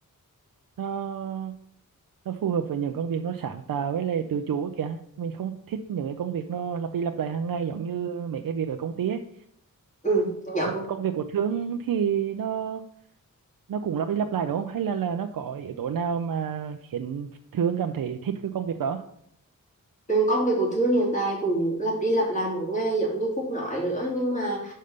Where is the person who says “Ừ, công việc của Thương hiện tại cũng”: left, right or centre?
Left